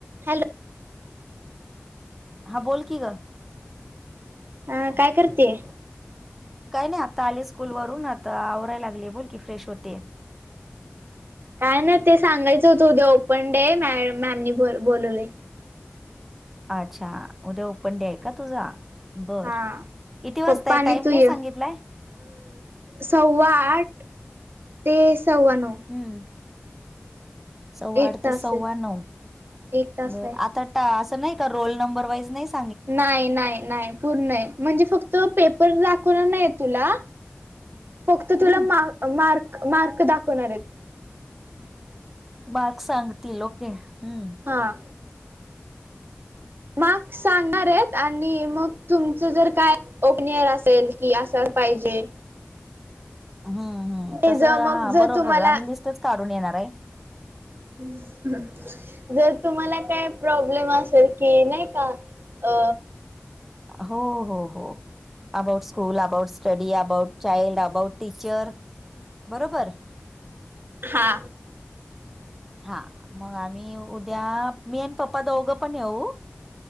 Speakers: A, on the right; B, in the centre.
A: हॅलो.
B: हा बोल की गं.
A: अ काय करतीये?
B: काही नाही आता आले स्कूल वरून. आता आवराय लागलेय. बोल की फ्रेश होतेय.
A: काय नाही ते सांगायचं होतं, उद्या ओपन डे. मॅ मॅमनी ब बोलवलंय.
B: अच्छा, उद्या ओपन डे आहे का तुझा? बर.
A: हा
B: किती वाजताय.
A: पप्पा आणि
B: टाईम
A: तू
B: काय
A: ये
B: सांगितलाय?
A: सव्वा आठ ते सव्वा नऊ.
B: हम्म. सव्वा
A: एक
B: आठ
A: तास
B: ते सव्वा
A: आहेत
B: नऊ.
A: एक तास
B: बरं
A: आहे
B: आता ट असं नाही का? रोल नंबर वाईज नाहीस?
A: नाय नाय नाय पूर्णय. म्हणजे फक्त पेपर दाखवणार नाहीय तुला. फक्त तुला
B: हम्म
A: मार् मार्क मार्क दाखवणारेत.
B: मार्क सांगतील. ओके. हम्म.
A: ह. मर्क सांगणारेत, आणि मग तुमचं जर काय ओपनियर असेल कि असं पाहिजे.
B: ह ह
A: ते
B: तसं
A: ज मग
B: हा
A: जर
B: बरोबर.
A: तुम्हाला
B: आम्ही लस्टच काढून येणारे.
A: <unintelligible> जर तुम्हाला काय प्रॉब्लेम असेल की नाही का? अ
B: हो हो हो. About school, about study, about child, about teacher बरोबर.
A: हा.
B: हा मग आम्ही उद्या, मी अन पप्पा दोघं पण येऊ?